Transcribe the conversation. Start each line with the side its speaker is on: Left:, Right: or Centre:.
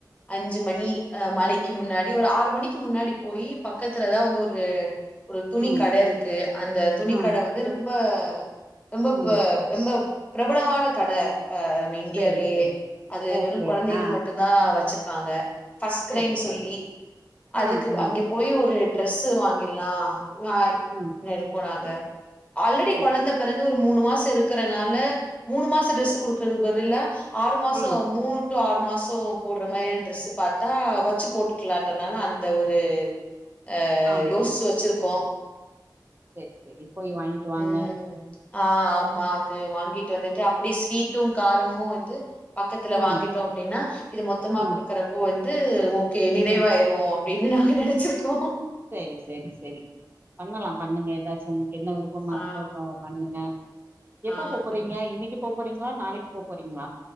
Left: அஞ்சு மணி அ மலைக்கி முன்னாடி ஒரு ஆறு மணிக்கி முன்னாடி போயி பக்கத்துலதா வந்து ஒரு ஒரு துணி
Right: ம்,
Left: கடை இருக்கு அந்த துணி
Right: ம்,
Left: கடை வந்து ரொம்ப ரொம்ப
Right: ம்.
Left: ப ரொம்ப பிரபலமான கட ஆ நம்ம இண்டியாலயே
Right: சரி, சரி.
Left: அது
Right: ஓகே.
Left: வெறு கொழந்தைகளுக்கு
Right: ஆ.
Left: மட்டு ந்தா ஆ வெச்சிருப்பாங்க ஃபஸ்ட்டு க்ரைம்
Right: சரி, சரி.
Left: சொல்லி அதுக்கு
Right: ம், ம்.
Left: அங்க போயி ஒரு ட்ரெஸ்சு வாங்கில்லா நா
Right: ம்
Left: இருக்குனாங்க ஆல்ரெடி
Right: சரி
Left: கொழந்த
Right: சரி
Left: பெறந்து ஒரு மூணு மாசொ இருக்குறனால மூணு மாசொ ட்ரெஸ்ஸு குடுக்குறதுக்கு பதிலா ஆறு மாசோ
Right: ம்
Left: மூணு டு ஆறு மாஸ் சோ போட்ற மாரியான் ட்ரெஸ்ஸு பாத்தா வச்சு போட்டுக்லான்றனால அந்த ஒரு ஆ
Right: ஆமா
Left: லூஸ்சு வச்சிருக்கோ
Right: செர் செரி போய் வாய்ன்ட்டு வாங்க
Left: ம் ஆ ஆமா அது வாங்கிட்டு வந்துட்டு அப்டியே ஸ்வீட்டு காரமு வந்து பக்கத்துல
Right: ம்
Left: வாங்கிட்டோ அப்டினா இது மொத்தமா
Right: ம்
Left: குடுக்குறப்போ வந்து ஓகே நிறைவாய்ரு
Right: ம்
Left: அப்டினு நாங்க நெனச்சிருக்கோ
Right: சேரி சேரி சேரி பண்ணலா பண்ணுங்க ஏதாச்சு என்ன விருப்பமா
Left: ஆ
Right: இர்க்கோ ப பண்ணுங்க எப்பொ
Left: ஆ
Right: போ போறீங்க
Left: கண்
Right: இன்னக்கிப் போப் போறீங்ளா நாளைக்கு போப் போறீங்ளா